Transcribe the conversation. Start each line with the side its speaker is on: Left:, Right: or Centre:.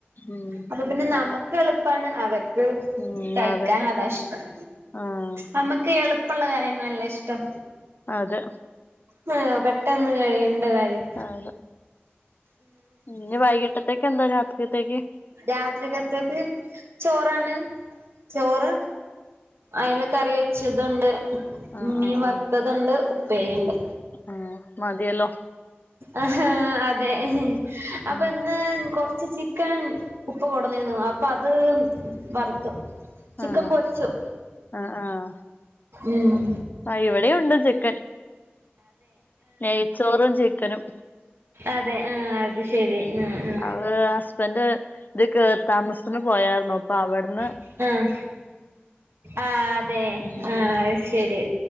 Left: ഉം
Right: അപ്പൊ പിന്നെ നമുക്കെള്
Left: അല്ല
Right: പാണ് അവര്ക്ക്
Left: ഉം
Right: കഴിക്കാൻ
Left: അതെ അതെ
Right: അതാ ഇഷ്ടം
Left: ആഹ്
Right: നമ്ക്ക് എള് ഇപ്പള്ള കാര്യങ്ങൾല്ലേ ഇഷ്ടം
Left: അതെ
Right: മാപെട്ടെന്ന് കഴിയണ്ടകാര്യം
Left: ആതെ ഇന്ന വൈകിട്ടത്തേക്കെന്താ രാത്രികത്തേക്ക്
Right: രാത്രികത്തേക്ക് ചോറാണ് ചോറ് അയ്ലകറി വെച്ചത്ണ്ട്
Left: ആഹ്
Right: മീൻ
Left: ആഹ്
Right: വർത്തത്ണ്ട്
Left: ആഹ്
Right: ഉപേരിണ്ട്
Left: ആഹ് മതിയലോ
Right: ആഹാ അതെ അപന്ന്
Left: ഉം
Right: കൊർച്ച് ചി ക്കൻ ഉപ്പ കൊട്ന്നീന്നു അപ്പ അത് വറ്ത്തു ചിക്കൻ
Left: ആഹ്
Right: പൊരിച്ചു
Left: ആഹ് ആഹ്
Right: ഉം
Left: ആഹ് ഇവിടെയുണ്ട് ചിക്കൻ നെയ്ച്ചോറും ചിക്കനും
Right: അതെ ആഹ് അതെ ശരി
Left: ഉം
Right: ആഹ്
Left: അവ് ഹസ്ബൻ്റ് ദ്കേറിതാമസ്ത്തിന് പോയാർന്നു അപ്പാ അവട്ന്ന്
Right: ആഹ് ആഹ് ആഹ് അതെ
Left: ഉം
Right: ആഹ് അത് ശരി